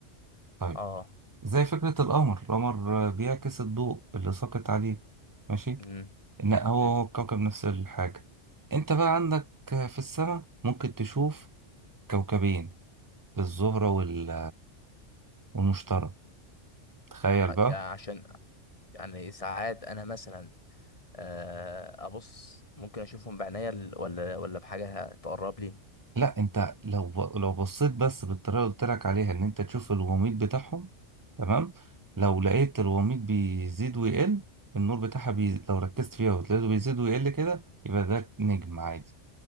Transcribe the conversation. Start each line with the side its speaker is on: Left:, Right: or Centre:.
Right: طيب
Left: اه
Right: زي فكرة القمر القمر بيعكس الضوء اللي ساقط عليه ماشي
Left: امم
Right: إن هو
Left: امم
Right: هو الكوكب نفس الحاجة أنت بقى عندك في السماء ممكن تشوف كوكبين الزهرة وال والمشتري تخيل
Left: ع-
Right: بقى
Left: يعني عشان يعني ساعات انا مثلا آه، ابص ممكن اشوفهم بعينيا ال- ولا ولا بحاجه تقرب لي
Right: لا انت لو ب... لو بصيت بس بالطريقه اللي قلت لك عليها ان انت تشوف الوميض بتاعهم تمام لو لقيت الوميض بيزيد ويقل النور بتاعها بي... لو ركزت فيها وتلاقيته بيزيد ويقل كده يبقى ده نجم عادي